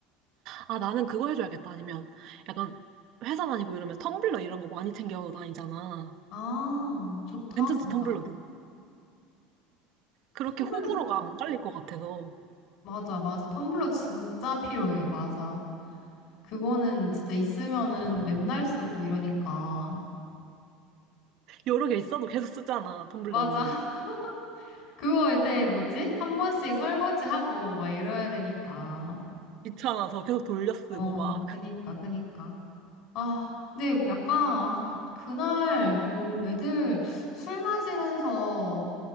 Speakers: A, on the right; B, on the left.
A: 아, 나는 그거 해줘야겠다. 아니면, 약간, 회사 다니고 이러면 텀블러 이런 거 많이 챙겨 다니잖아.
B: 아, 좋다,
A: 괜찮지,
B: 진짜.
A: 텀블러도. 그렇게
B: 텀블러
A: 호불호가
B: 좋지.
A: 안 갈릴 것 같아서.
B: 맞아, 맞아. 텀블러 진짜 필요해. 맞아. 그거는 진짜 있으면은 맨날 쓰고 이러니까.
A: 여러 개 있어도 계속 쓰잖아, 텀블러는.
B: 맞아. <laughs> 그거 이제 뭐지? 한 번씩 설거지하고 막 이래야 되니까.
A: 귀찮아서 계속 돌려 쓰고
B: 어,
A: 막.
B: 그니까, 그니까. 아, 근데 약간, 아, 그, 그날 뭐 애들 술 마시면서